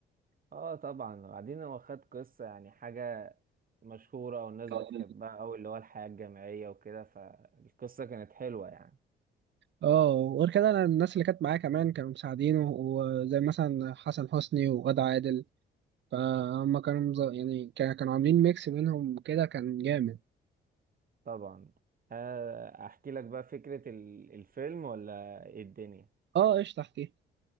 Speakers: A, on the right; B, on the right.
A: اه طبعا وبعدين هو خد قصه يعني حاجه مشهورة والناس
B: <laughs>
A: بتحبها أوي اللي هو الحياة الجامعية وكده فالقصة كانت حلوة يعني
B: اه وغير كده انا الناس اللي كانت معايا كمان كانوا مساعدينه وزي مثلا حسن حسني وغادة عادل فهم كانوا مز- يعني كا- كانوا عاملين ميكس بينهم كده كان جامد
A: طبعا آه، أحكي لك بقى فكرة ال- الفيلم ولا إيه الدنيا
B: اه ايش تحتيه